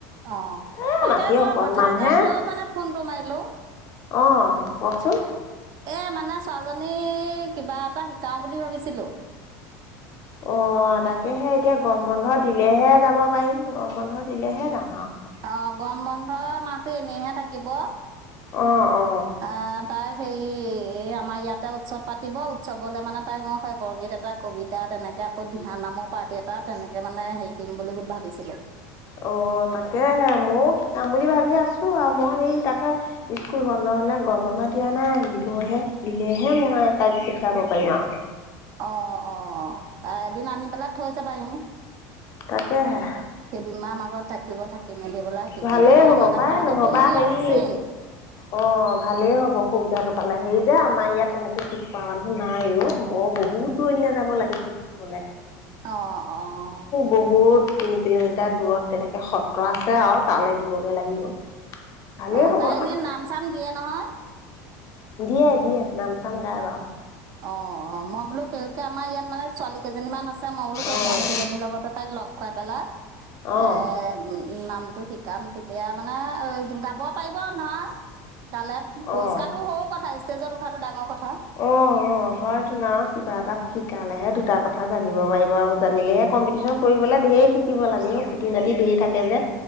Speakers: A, on the right; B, on the left.
A: অ
B: এ
A: তাকে
B: মাটি
A: মই
B: অকনমান
A: কথা এটাক
B: হে।
A: লৈ মানে ফোনটো মাৰিলো।
B: অ কওকচোন।
A: এ মানে ছোৱালীজনীক কিবা এটা শিকাও বুলি ভাবিছিলো।
B: অ, তাকেহে এতিয়া গম বন্ধ দিলেহে যাব পাৰিম গৰম বন্ধ দিলেহে যাম আৰু।
A: অ, গৰম বন্ধ মাহটো এনেইহে থাকিব।
B: অ, অ।
A: আহ তাই সেই এই আমাৰ ইয়াতে উৎসৱ পাতিব উৎসৱলৈ মানে তাইক মই সেই বৰগীত এটা কবিতা তেনেকে আকৌ দিহা নামৰ পাৰ্টি এটা তেনেকে মানে হেৰি কৰিম বুলি ভাবিছিলো।
B: অ' তাকেহে ময়ো শিকাম বুলি ভাবি আছো বাও মই সেই তাক কে স্কুল বন্ধ হ'লে গৰম বন্ধত এতিয়া নাই, দিবহে দিলেহে মই তাইক পঠিয়াব পাৰিম আও।
A: অঁ অঁ এদিন আনি পেলাই থৈ যাবাহি।
B: তাকেহে।
A: কেইদিনমান আমাৰ ঘৰত থাকিব, থাকি মেলি পেলাই শিকি
B: ভালেই
A: পেলাই
B: হ'ব
A: মানে
B: পাই
A: পাৰ্টিতো
B: নহ'বা
A: মোৰ ইয়াত
B: হেৰি
A: আছেই।
B: অঁ ভালেই হ'ব সুবিধাটো পালে। সেই যে আমাৰ ইয়াত তেনেকে শিকোৱা মানুহ নাই অও অ' বহুত দূৰিণিলে যাব লাগে, শিকিবলে।
A: অঁ অঁ।
B: বহুত তিনি কিলোমিটাৰ দূৰত তেনেকে সত্ৰ আছে আও তালে দিবগে লাগিব। ভালেই
A: অঁ
B: হ'ব
A: তাই এনেই নাম চাম দিয়ে নহয়?
B: দিয়ে দিয়ে নাম চাম গাই বাও।
A: অঁ অঁ মই বোলো সেই গতিকে আমাৰ ইয়াত মানে ছোৱালী কেইজনী মান আছ মই বোলো সেই
B: অঁ
A: ছোৱালী কেইজনীৰ লগতে তাক ল'গ খুৱাই পেলাই,
B: অঁ
A: এ এ ওও নামটো শিকাম তেতিয়া মানে গাব পাৰিব নহয় তালে
B: অ',
A: পুৰস্কাটো সৰু কথা, ষ্টেজত উঠাটো ডাঙৰ কথা।
B: অঁ অঁ। হয় তোন আও, কিবা এটা শিকালেহে দুটা কথা জানিব পাৰিব আও জানিলেহে কম্পিটিশন কৰিবলৈ ধেৰ শি শিকিব লাগে অও' খুটি নাতি ধেই থাকে যে।